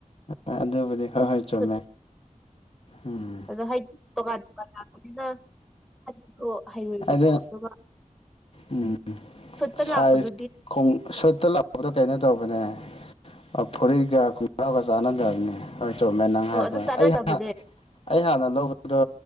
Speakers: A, on the left (about 45°); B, in the centre.
A: ꯑ ꯑꯗꯨꯕꯨꯗꯤ ꯍꯣꯏ ꯍꯣꯏ ꯆꯨꯝꯃꯦ
B: ꯁꯨꯠ
A: ꯎꯝ
B: ꯑꯗꯣ ꯍꯥꯏꯗꯤ ꯇꯣꯉꯥꯟ ꯇꯣꯉꯥꯟ ꯂꯥꯛꯄꯅꯤꯅ ꯑꯣ ꯍꯩꯔꯣꯏꯕꯀꯣ
A: ꯑꯗ
B: ꯑꯗꯨꯒ
A: ꯎꯝ
B: ꯁꯨꯠꯇ
A: ꯁꯥꯏꯖ
B: ꯂꯥꯛꯄꯗꯨꯗꯤ
A: ꯈꯣꯡ ꯁꯨꯠꯇ ꯂꯥꯛꯄꯗꯣ ꯀꯩꯅꯣ ꯇꯧꯕꯅꯦ ꯑ ꯐꯨꯔꯤꯠꯒ ꯈꯣꯡꯒ꯭ꯔꯥꯎꯒ ꯆꯥꯟꯅꯗꯕꯅꯦ ꯍꯣꯏ ꯆꯣꯞꯃꯦ ꯅꯪ ꯍꯥꯏꯕꯗꯣ
B: ꯑ ꯑꯗꯨꯝ ꯆꯥꯟꯅꯗꯕꯅꯦ
A: ꯑꯩ ꯍꯥꯟ ꯑꯩ ꯍꯥꯟꯅ ꯂꯧꯕꯗꯣ